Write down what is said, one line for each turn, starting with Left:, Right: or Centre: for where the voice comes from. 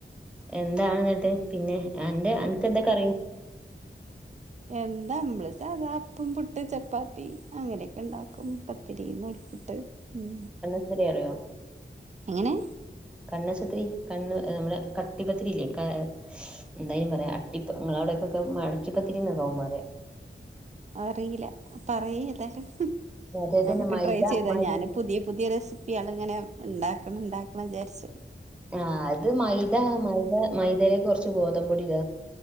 Centre: എന്താണെന്നിട്ട് പിന്നെ അന്റെ അനക്ക് എന്തൊക്കറിയും
Right: എന്താ മ്മള് സാധാ അപ്പം പുട്ട് ചപ്പാത്തി അങ്ങനെയൊക്കെണ്ടാക്കും ഉം പത്തിരി ന്നൂൽപ്പുട്ട് ഉം
Centre: ഇവരെ അറിയോ
Right: എങ്ങനെ
Centre: കണ്ണശത്രി കണ്ണ് ഏഹ് മ്മളെ കട്ടിപ്പത്തിരി ഇല്ലേ കാ എന്തായിന് പറയാ അട്ടിപ്പ ങ്ങളെ അവിടേക്കൊക്കെ മടക്കിപ്പത്തിരിന്നോക്കാവും പറയാ
Right: അറിയില്ല പറയ് ഏതാലും
Centre: മറ്റേ
Right: നമുക്ക്
Centre: തന്നെ മൈദ
Right: ട്രൈ ചെയ്താ
Centre: മൈ
Right: ഞാനും പുതിയ പുതിയ റെസിപ്യാണ് ങ്ങനെ ണ്ടാക്കണം ണ്ടാക്കണം വിചാര്ച്
Centre: ആഹ് അത് മൈദ മൈദ മൈതേലേക്ക് കൊർച്ച് ഗോതമ്പൊടി ട